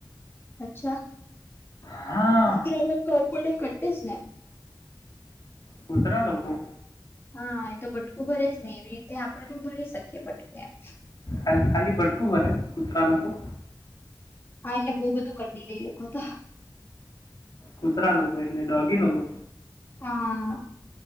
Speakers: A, on the left; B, on the left.
A: અચ્છા
B: હા
A: <unintelligible>
B: કુતરા લોકો.
A: હા એ તો બટકું ભરે જ ને એવી રીતે આપણેે પણ ભરી શકીએ બટકું એમ.
B: ખાલી ખાલી ભટકું ભરે કુતરા લોકો
A: હા એટલે બવુ બધું કરડીલે એલોકોતો
B: કુતરા લોકો એટલે ડોગી લોકો.
A: હા આ.